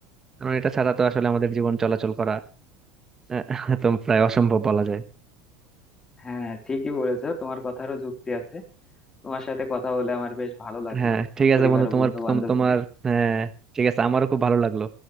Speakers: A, on the right (about 15°); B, on the left (about 20°).
A: কারণ এটা ছাড়া তো আসলে আমাদের জীবন চলাচল করা আহ, তো প্রায় অসম্ভব বলা যায়
B: হ্যাঁ ঠিকই বলেছো তোমার কথারও যুক্তি আছে তোমার সাথে কথা বলে আমার বেশ ভালো লাগলো
A: হ্যাঁ ঠিক
B: পরিবার
A: আছে বন্ধু
B: ও
A: তোমার
B: বন্ধু বান্ধব
A: তোম- তোমার
B: নিয়ে
A: হ্যাঁ ঠিক আছে আমারও খুব ভালো লাগলো